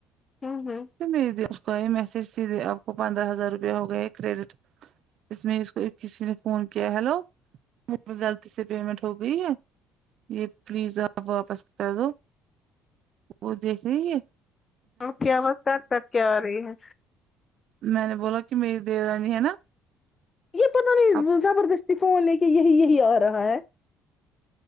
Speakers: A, on the left (about 20°); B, on the right (about 50°).
A: ہمم ہمم
B: ماس کو یہ میسج سید دے اپ کو پندرہ ہزار روپیہ ہو گیا ہے کریڈٹ اس میں اس کو ایک کسی نے فون کیا ہیلو میر غلطی سے پیمنٹ ہو گئی ہے یہ پلیز اپ واپس کر دو وہ دیکھ رہیے
A: آپکی آواز کٹ کٹ کے آرہی ہے
B: میں نے بولا کہ میری دورانی ہے نا
A: یہ پتا نہیں
B: اب
A: زبردستی فون لے کے یہی یہی آرہا ہے